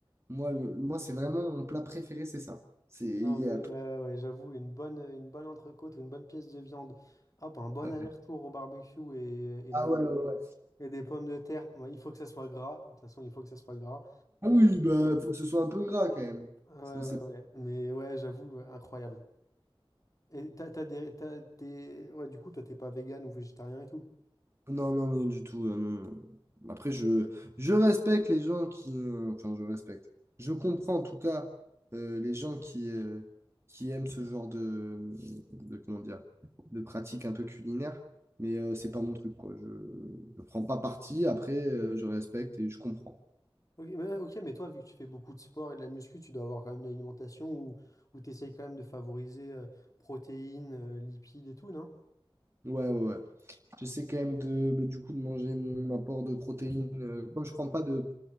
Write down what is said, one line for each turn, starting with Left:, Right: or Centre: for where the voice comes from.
Right: moi, le- moi c'est vraiment mon plat préféré, c'est ça. C'est,
Left: Non
Right: il y
Left: mais
Right: a-
Left: ouais, ouais, ouais, j'avoue une bonne, une bonne entrecôte ou une bonne pièce de viande, hop un bon
Right: euh,
Left: aller-retour au barbecue et, et
Right: Ah
Left: des,
Right: ouais, ouais, ouais.
Left: et des pommes de terre. Moi, il faut que ça soit gras. De toute façon, il faut que ça soit gras.
Right: Ah oui, bah, faut que ce soit un peu gras quand même.
Left: Ouais,
Right: Sinon,
Left: ouais,
Right: c'est
Left: ouais. Mais ouais, j'avoue, euh, incroyable. Et t'as, t'as des, t'as- t'es... Ouais, du coup, toi, t'es pas vegan ou végétarien et tout.
Right: Non, non, non, du tout. euh, non, non. Après, je, je respecte les gens qui. euh, enfin, je respecte. Je comprends en tout cas euh, les gens qui, euh, qui aiment ce genre de, de, comment dire, de pratique un peu culinaire, mais euh, c'est pas mon truc, quoi. Je ne prends pas parti. Après, euh, je respecte et je comprends.
Left: Ok mais, ok, mais toi, vu que tu fais beaucoup de sport et de la muscu, tu dois avoir quand même une alimentation où, où tu essayes quand même de favoriser euh, protéines, euh, lipides et tout, non?
Right: Ouais, ouais, ouais. J'essaie quand même de, bah, du coup, de manger mon apport de protéines. euh, comme je prends pas de